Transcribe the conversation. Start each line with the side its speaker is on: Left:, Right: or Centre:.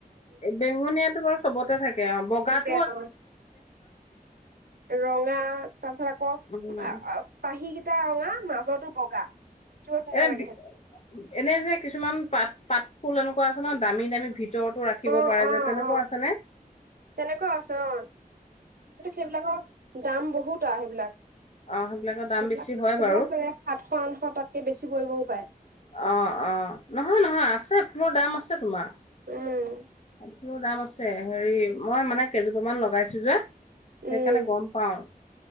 Left: বেঙুনীয়াটো বাৰু চবতে থাকে অ', বগাত-
Right: তেওঁ। ৰঙা তাপিছত আকৌ
Left: উম
Right: আ-আ পাহিকিটা ৰঙা। আ, মাজতো বগা। দেখিব ধুনীয়া
Left: এনেদি,
Right: লাগে সেইটো
Left: এনে যে কিছুমান পাত পাত ফুল এনেকুৱা আছে ন, দামী দামী ভিত তৰটো ৰাখিব
Right: অ
Left: পাৰে
Right: অ
Left: যে তেনেকুৱা
Right: অ
Left: আছেনে?
Right: তেনেকুৱাও আছে অ কিন্তু সেইবিলাকৰ দাম বহুত আও সেইবিলাক।
Left: অ সেইবিলাকৰ দাম
Right: সেইব্লাক
Left: বেছি হয়
Right: সেইব্লাক
Left: বাৰু
Right: সাতশ আঠশ তাতকে বেছি পৰিবও পায়।
Left: অ', অ', নহয়, নহয় আছে ফুলৰ দাম আছে তোমাৰ।
Right: উম।
Left: ফুলৰ দাম আছে। হেৰি মই মানে কেইজোপামান লগাইছো যে।
Right: উম
Left: সেইকাৰণে গম পাও।